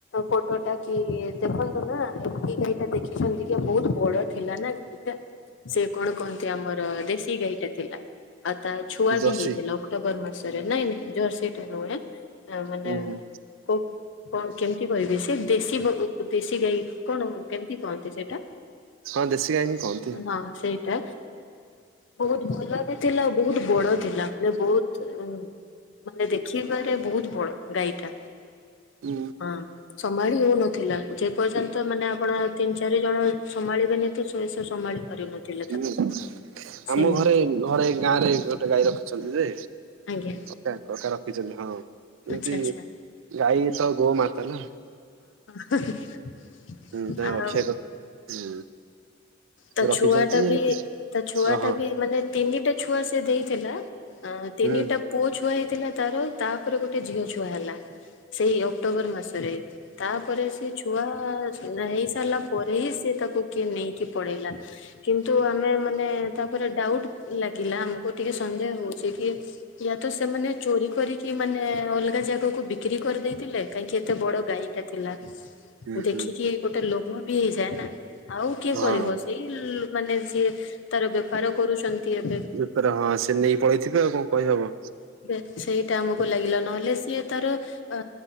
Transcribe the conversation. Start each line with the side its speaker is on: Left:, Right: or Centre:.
Left: ଫଟୋଟା କି ଦେଖନ୍ତୁ ନା ଏ ଗାଈ ଟା ଦେଖିଛନ୍ତି କି ବହୁତ ବଡ ଥିଲା ନା ଗାଈ। ସେ କଣ କହନ୍ତି ଆମର। ଦେଶୀ ଗାଈ ଥିଲା ଆଉ ତା ଛୁଆ
Right: ଜର୍ସି
Left: ବି ହେଇଥିଲା ଅକ୍ଟୋବର ମାସ ନାଇଁ ନାଇଁ ଜର୍ସି ଟ ନୁ ଆ ମାନେ
Right: ହୁଁ ହୁଁ
Left: କୁ କଣ କେମିତି କହିବି ସେ ଦେଶୀ ଦେଶୀ ଗାଈ କଣ କେମିତି କୁହନ୍ତି ସେଇଟା
Right: ହଁ ଦେଶୀ ଗାଈ ହିଁ କହନ୍ତି।
Left: ହଁ ସେଇଟା। ବହୁତ ଭଲ ବି ଥିଲା ବହୁତ। ବଡ ଥିଲା ମାନେ ବହୁତ ମାନେ ଦେଖିବାରେ ବହୁତ ବଡ ଗାଈଟା।
Right: ଉଁ
Left: ହଁ ସମ୍ଭାଳି ହଉନଥିଲା ଯେ ପର୍ଯ୍ୟନ୍ତ ମାନେ ଆପଣ ତିନି ଚାରି ଜଣ ସମ୍ଭାଳିବେନି ତ ଶ ସୋମାଳି କରିନଥିଲେ ତାକୁ
Right: ହୁଁ
Left: ସେମିତି
Right: ଆମ ଘରେ ଘରେ ଗାଁ ରେ ଗୋଟେ ଗାଈର ଅଛନ୍ତି ଯେ
Left: ଆଜ୍ଞା
Right: ତାର। ଖିଚନ୍ତି ହଁ ଏମିତି
Left: ଆଚ୍ଛା ଆଚ୍ଛା
Right: ଗାଈ ତ ଗୋମାତା ନା।
Left: ହ
Right: ହୁଁ ତାଙ୍କ
Left: ଆଉ
Right: ରଖିବା କଥା ହୁଁ
Left: ତା
Right: ରଖିଛନ୍ତି
Left: ଛୁଆ ଟା
Right: ଏମିତି
Left: ବି ତା ଛୁଆ
Right: ଓହୋ
Left: ଟା ବି ମାନେ ତିନିଟା ଛୁଆ ସେ ଦେଇ ଥିଲା ଅ ତିନିଟା
Right: ହୁଁ
Left: ପୁଅ ଛୁଆ। ଥିଲା ତାର ତାପରେ ଗୋଟେ ଝିଅ ଛୁଆ ହେଲା। ସେଇ ଅକ୍ଟୋବର ମାସରେ। ତାପରେ ସେ ଛୁଆ ହେଇ ସାରିଲା ପରେ ହିଁ ସେି ତାକୁ କିଏ ନେଇକି ପଡେଇଲା କିନ୍ତୁ ଆମେ ମାନେ ତାପରେ ଡାଉଟ ଲାଗିଲା ଆମକୁ ଟିକେ ସନ୍ଦେହ ହଉଛି କି ୟା ତ ସେମାନେ ଚୋରି କରିକି ମାନେ ଅଲଗା ଜାଗାକୁ ବିକ୍ରି କରିଦେଇଥିଲେ କାହିଁକି ଏତେ ବଡ ଗାୟିକା ଥିଲା।
Right: ହୁଁ
Left: ଦେଖିକି
Right: ହୁଁ
Left: ଗୋଟେ ଲ ମୁଁ ବି ହେଇଯାଏ ନା ଆଉ କିଏ
Right: ହଁ।
Left: କରିବ ସେଇ ମାନେ। ସିଏ ତାର ବ୍ୟବହାର କରୁଛନ୍ତି। ଏବେ।
Right: ବପାର ହଁ ସେ ନେଇକି ପଳେଇଥିବେ ଆଉ କଣ କହିହବ?
Left: ସେଇଠି ତେ ଆମକୁ ଲାଗିଲା ନହେଲେ ସିଏ ତାର ଅ